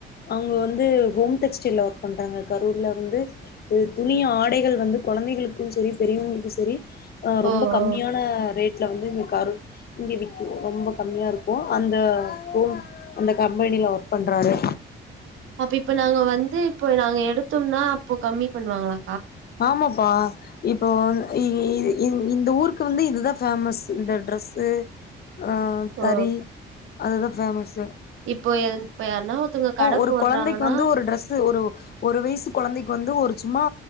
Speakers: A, on the left; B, on the right.
A: அவங்க வந்து ஹோம் டெக்ஸ்டை ஒர்க் பண்றாங்க கரூர்ல வந்து இது துணிய ஆடைகள் வந்து குழந்தைகளுக்கும் சரி பெரியவங்களுக்கும் சரி
B: ஓ
A: ரொம்ப கம்மியான
B: ஓ
A: ரேட் வீட்ல வந்துங்க கரு இங்க விக்கும் ரொம்ப கம்மியா இருக்கும் அந்த <unintelligible> அந்த கம்பெனி னில ஒர்க் பண்றாரு
B: அப்ப இப்ப நாங்க வந்து இப்போ நாங்க எடுத்தோம்னா அப்போ கம்மி பண்ணுவாங்களா
A: ஆமாப்பா இப்போ இ இ இந் இந்த ஊருக்கு வந்து இதுதா ஃபேமஸு இந்த ட்ரெஸு அ
B: ஓ
A: தறி அதுதா ஃபேமஸ்ஸு
B: இப்போ இப்ப யார்னா ஒர்த்தோவுங்க கட
A: ஒரு
B: போடுறாங்கன்னா
A: கொழந்தைக்கு வந்து ஒரு ட்ரெஸ் ஒரு ஒரு வயசு கொழந்தைக்கு வந்து ஒரு சும்மா